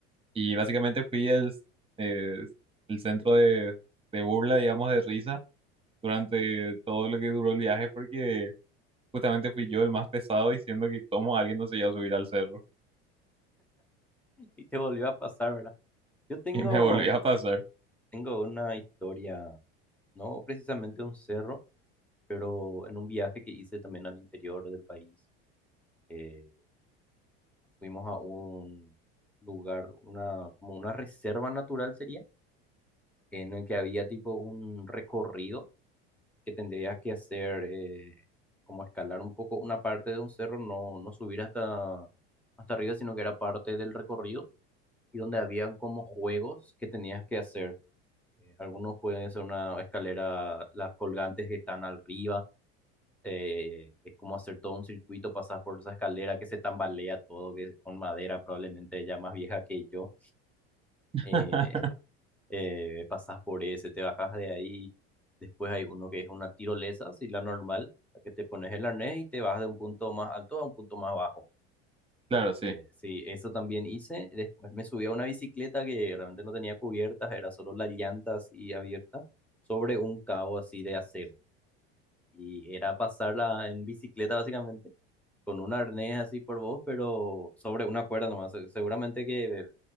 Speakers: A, on the right (about 15°); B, in the centre.
A: Y básicamente fui el, eh, el centro de, de burla, digamos, de risa durante todo lo que duró el viaje porque justamente fui yo el más pesado diciendo que cómo alguien no se iba a subir al cerro
B: <laughs> Y te volvió a pasar, ¿verdad?
A: <laughs>
B: Yo tengo,
A: y me volví a pasar.
B: tengo una historia, no precisamente un cerro, pero en un viaje que hice también al interior del país. eh, Fuimos a un lugar, una, como una reserva natural sería, en el que había tipo un recorrido que tendrías que hacer, eh, como escalar un poco una parte de un cerro, no, no subir hasta, hasta arriba, sino que era parte del recorrido, y donde habían como juegos que tenías que hacer. Eh, algunos pueden hacer una escalera, las colgantes que están arriba, eh, es como hacer todo un circuito, pasas por esa escalera que se tambalea todo, que con madera probablemente ya más vieja que yo.
A: <laughs>
B: eh, <laughs> eh, pasas por ese, te bajas de ahí, después hay uno que es una tirolesa, así la normal, la que te pones el arnés y te vas de un punto más alto a un punto más bajo.
A: Claro, sí.
B: Eh, sí, eso también hice, después me subí a una bicicleta que realmente no tenía cubiertas, era solo las llantas y abierta, sobre un cabo así de acero. Y era pasarla en bicicleta básicamente, con un arnés así por vos, pero sobre una cuerda nomás. Se- Seguramente que